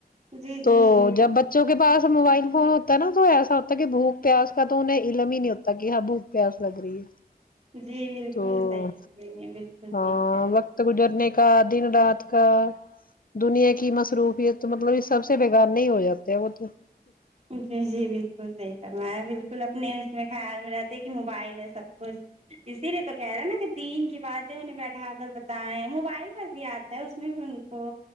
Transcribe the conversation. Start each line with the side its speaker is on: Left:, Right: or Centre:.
Right: جی جی
Left: تو
Right: جی
Left: جب بچوں ک پاس موبائل فون ہوتا ہے نا تو ایسا ہوتا کہ بھوک پیاس کا تو انہیں علم ہی نہیں ہوتا کہ ہاں بھوک پیاس لگ رہی ہے
Right: جی بالکل
Left: تو
Right: صحیح فرمائیں گے، بالکل
Left: ہاں
Right: ٹھیک ہے
Left: وقت گزرنے کا دن رات کا دنیا کی مصروفیت تو مطلب سب سے بگانے ہی ہو جاتے وہ تو
Right: جی جی بالکل صحیح فرمایا ہے بالکل اپنے اس میں خیال میں رہتے کہ موبائل ہے سب کچھ اسی لیے تو کہہ رہے ہیں نا کہ دین کی باتیں انہیں بیٹھا کر بتایں موبائل پر بھی آتا ہے اس میں بھی کو